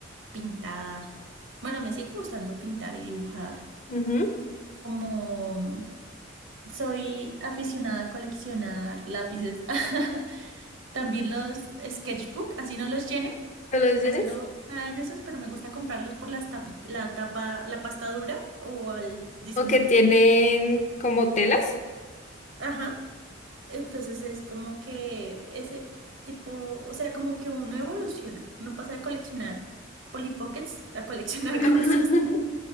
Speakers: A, on the right; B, on the left.
A: pintar. Bueno, me sigue gustando pintar y dibujar.
B: Ujú.
A: Como soy aficionada a coleccionar lápices, <laughs> también los sketchbook, así no los llene,
B: ¿Me lo dices?
A: así no nada en esos, pero me gusta comprarlos por las tapi- la tapa, la pasta dura o el diseño
B: O que tienen
A: que tengan.
B: como telas.
A: Ajá. Entonces es como que ese tipo, o sea, como que uno evoluciona, uno pasa de coleccionar Polly Pockets a coleccionar
B: <laughs>
A: <laughs> cosas.